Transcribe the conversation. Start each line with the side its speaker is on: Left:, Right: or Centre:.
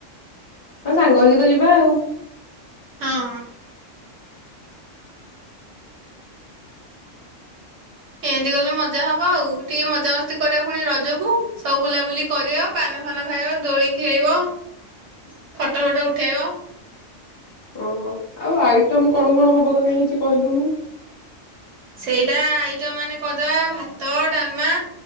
Left: ହଁ ସାଙ୍ଗ ହେଇକି ତ ଯିବା ଆଉ।
Right: ହଁ। ଏମିତି ଗଲେ ମଜା ହବ ଆଉ ଟିକେ ମଜାମସ୍ତି କରିବା ପୁଣି ରଜକୁ। ସବୁ ବୁଲାବୁଲି କରିବ ପାନ ଫାନ ଖାଇବ ଦୋଳି ଖେଳବ।
Left: <inaudible>
Right: ଫଟୋ ଫଟୋ ଉଠାଇବ।
Left: ଓହୋ ଆଉ ଆଇଟମମ୍ କଣ କଣ ହବ ତ କାହିଁ କିଛି କହିଲୁନି।
Right: ସେଇଟା ଆଇଟମ୍ ଆମେ କରିଦବା ଭାତ, ଡାଲମା